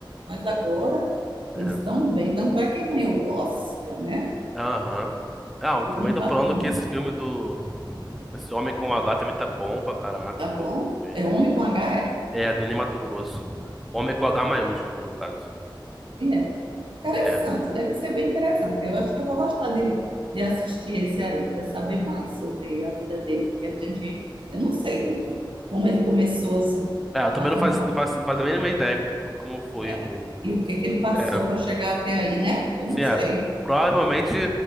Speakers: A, on the right; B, in the centre.
A: Mas agora
B: é,
A: eles
B: é,
A: estão bem. Tanto é que ganhou o Oscar, né?
B: aham. Ah, eu
A: E
B: também
A: como
B: tô
A: tá
B: falando
A: bom,
B: que esse filme do... Esse Homem com H também tá bom pra caraca,
A: tá bom.
B: pelo que eu vi.
A: É homem com H, é.
B: É, do Ney Matogrosso. Homem com H maiúsculo, no caso.
A: E é. Interessante,
B: É,
A: deve ser bem interessante. Eu acho que eu vou gostar de, de assistir esse aí, para saber mais sobre a vida dele, porque a gente, eu não sei como ele começou assim
B: É, eu também
A: a cantar,
B: não faço, não faço, não faço a mínima ideia co- como foi
A: né?
B: o dele.
A: E o que que ele passou
B: é
A: para chegar até aí, né? Eu
B: Sim,
A: não
B: é.
A: sei.
B: Provavelmente